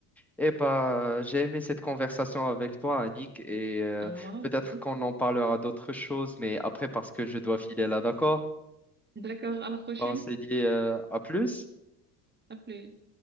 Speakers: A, in the centre; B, on the right.
A: Eh ben, j'ai aimé cette conversation avec toi, Annick, et euh,
B: À moi
A: peut-être
B: aussi.
A: qu'on en parlera d'autres choses, mais après, parce que je dois filer là, d'accord?
B: D'accord, à la prochaine.
A: Ben, on s'est dit euh, à plus.
B: À plus.